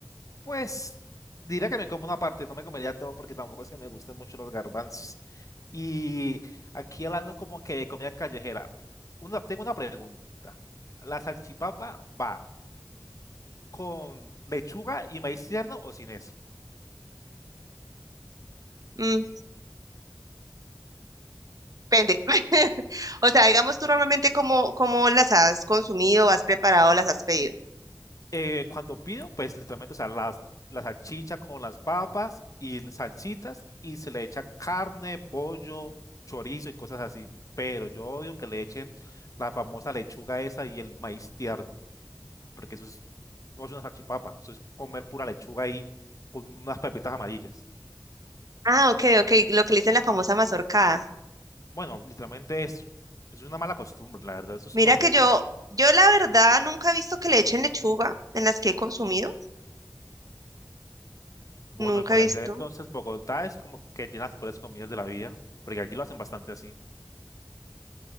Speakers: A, on the left (about 50°); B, on the right (about 55°).
A: Pues diría que me como una parte, no me comería todo porque tampoco es que me gusten mucho los garbanzos. Y aquí hablando como que de comida callejera, una- tengo una pregunta. ¿La salchipapa va con lechuga y maíz tierno o sin eso?
B: Mm, depende. <laughs> O sea, digamos tú normalmente cómo, cómo las has consumido, has preparado, las has pedido.
A: Eh, cuando pido, pues literalmente, o sea, las, la salchicha con las papas y las salsitas y se le echa carne, pollo, chorizo y cosas así. Pero yo odio que le echen la famosa lechuga esa y el maíz tierno. porque eso es, no es una salchipapa, eso es comer pura lechuga ahí con unas pepitas amarillas.
B: Ah, ok, ok, lo que le dicen la famosa mazorcada.
A: Bueno, literalmente eso, es una mala costumbre, la verdad, eso es
B: Mira
A: horrible.
B: que yo, yo la verdad nunca he visto que le echen lechuga en las que he consumido.
A: Bueno,
B: Nunca
A: al parecer
B: he visto.
A: entonces Bogotá es como que tiene las peores comidas de la vida, porque aquí lo hacen bastante así.